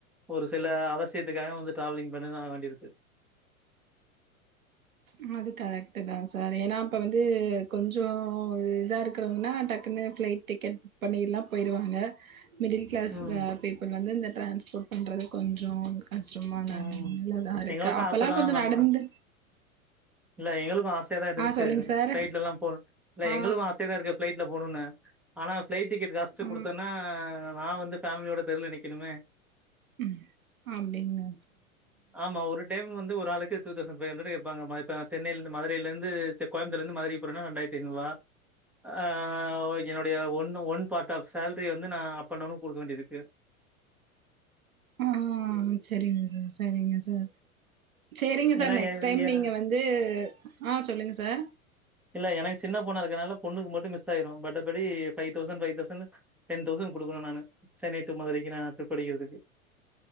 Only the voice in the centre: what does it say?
ஒரு சில அவசியத்துக்காக வந்து டிராவலிங் பண்ணா தா ஆக வேண்டியதிர்க்கு.
ம்,
ம்.
எங்களுக்கும்
ஆசை தான்
மேம்.
இல்ல எங்களுக்கு ஆசயா தா இருந்துச்சு
ஃப்ளைட்லா எல்லா போனு இல்ல
எங்களுக்கு ஆசயா தா இருக்கு ஃப்ளைட்ல போ போணுனு ஆனா ஃபிளைட் டிக்கெட் காஸ்ட்
குடுத்தனா நா வந்து ஃபேமிலியோட தெருல நிக்கணுமே
ஆமா ஒரு டைம் வந்து ஒரு ஆளுக்கு டூ தெளசண் ஃபைவ் ஹண்ட்ரடு கேப்பாங்கமா இப்ப சென்னைலந்து மதுரயிலந்து சேர் கோயம்த்தூர்லந்து மதுரை போறனா ரெண்டாயிர்த்தி ஐநூர்வா ஆ ஆ ஒகே என்னோடைய ஒன்னு ஒன் பார்ட் ஆப் சேலரி வந்து நா அப்பன் டவுனு குடுக்க வேண்டியதிக்கு
ஏன்னா
எ
எ
இல்ல எனக்கு சின்ன போனா இருக்கனால பொண்ணுக்கு மட்டு மிஸ் ஆயிரு பட்டபடி ஃபைவ் தௌசண் ஃபைவ் தௌசண்னு டென் தௌசண் குடுக்கணு நானு சென்னை டூ மாதுரைக்கு நா டிரிப் அடிக்கிறதுக்கு